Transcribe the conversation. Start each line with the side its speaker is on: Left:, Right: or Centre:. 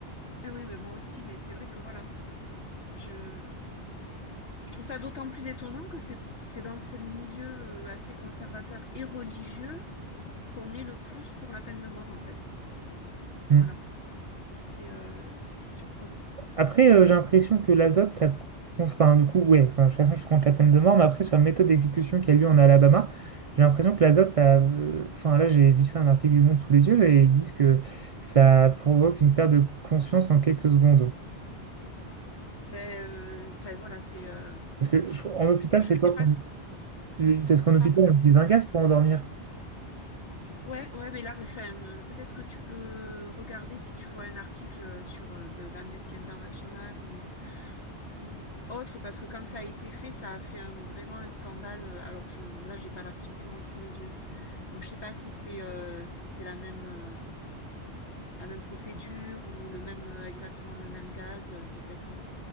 Left: Ben oui, mais moi aussi, mais c'est vrai que voilà. Je, je trouve ça d'autant plus étonnant que c'est c'est dans ces milieux euh, assez conservateurs et religieux qu'on est le plus pour la peine de mort, en fait.
Right: Mm.
Left: Voilà. C'est euh, surprenant.
Right: Après, euh, j'ai l'impression que l'azote, ça. cons- Enfin, du coup, ouais, enfin, de toute façon, je compte la peine de mort, mais après, sur la méthode d'exécution qui a lieu en Alabama, j'ai l'impression que l'azote, ça. euh, Enfin, là, j'ai vite fait un article du Monde sous les yeux et ils disent que ça provoque une perte de conscience en quelques secondes.
Left: Ben, euh, enfin, voilà, c'est... euh,
Right: Parce que je- en hôpital,
Left: je
Right: c'est
Left: sais
Right: quoi
Left: pas
Right: qu'on-
Left: si...
Right: Parce qu'en hôpital,
Left: Pardon?
Right: on utilise un gaz pour endormir.
Left: Ouais, ouais, mais là, enfin, euh, peut-être que tu peux regarder si tu vois un article euh, sur euh, de- d'Amnesty International ou ou autre, parce que quand ça a été fait, ça a fait un- vraiment un scandale. Euh, Alors je, là, j'ai pas l'article du Monde sous les yeux, donc je sais pas si c'est euh, si c'est la même euh, la même procédure ou le même euh, exactement le même gaz. Euh, Peut-être euh,